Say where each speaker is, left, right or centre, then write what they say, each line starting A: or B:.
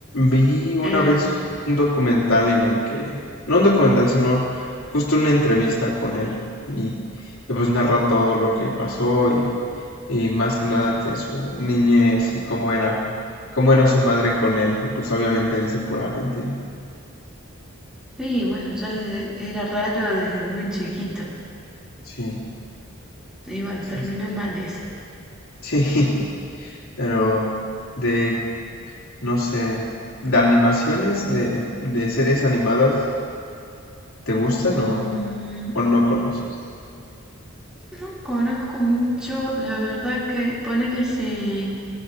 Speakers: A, on the left; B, in the centre.
A: Vi una
B: Em,
A: vez un documental en el que, no un documental, sino justo una entrevista con él y, y, pues narra todo lo que pasó y, y más que nada de su niñez y cómo era, cómo era su madre con él y pues obviamente dice pura mentira.
B: sí, bueno, ya desde- era raro desde muy chiquito.
A: Sí,
B: Y bueno,
A: sí,
B: terminó
A: sí,
B: mal ese.
A: sí, <laughs> pero de, no sé, de animaciones, de, de series animadas, ¿te gustan
B: Mm,
A: o, o no conoces?
B: No conozco mucho, la verdad que ponele si,